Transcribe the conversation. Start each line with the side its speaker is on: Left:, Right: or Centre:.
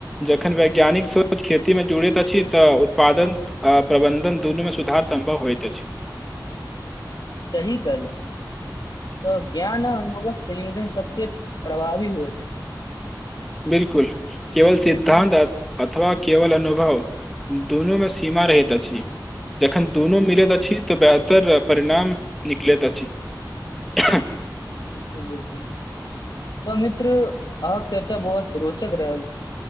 Centre: जखन वैज्ञानिक सोच खेती मे जुड़ैत अछि, तऽ उत्पादन आ प्रबंधन दुनू में सुधार सम्भव होयत अछि।
Left: सही कहलहुॅं तऽ ज्ञान आ अनुभवक संयोजन सबसॅं प्रभावी होएत अछि।
Centre: बिल्कुल केवल सिद्धान्त अथवा केवल अनुभव दुनूमे सीमा रहैत अछि। जखन दुनू मिलैत अछि, तऽ बेहतर परिणाम निकलैत अछि। ह <inaudible>
Left: बिल्कुल बिल्कुल तऽ मित्र अहके चर्चा बहुत रोचक रहल